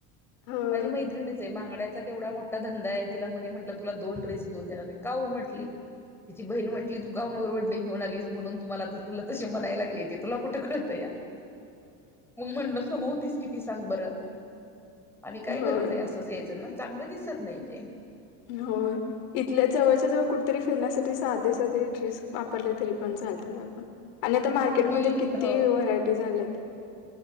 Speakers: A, on the left; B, in the centre.
A: होय.
B: माझी मैत्रिणीच आहे बांगड्यात केवढा मोठा धंदा आहे तिला मध्ये म्हटलं तुला दोन ड्रेस घेऊन देणार ते का ओ म्हटली तची बहीण म्हटली तू गाऊन वरवडली घेऊन अलीस म्हणून तुम्हाला तुला तसे म्हणायला लागलेत तुला कुठं कळतया मग म्हणल कमवतीस किती सांग बरं आणि काय
A: होय
B: गरज आहे असंच यायचं ना चांगलं दिसत नाही ते
A: होय इथल्या जवळच्या जवळ कुठेतरी फिरण्यासाठी साधे साधे ड्रेस वापरले तरी पण चालतात आपण आणि आता मार्केटमध्ये
B: मी
A: किती
B: ह
A: व्हरायटी झाल्यात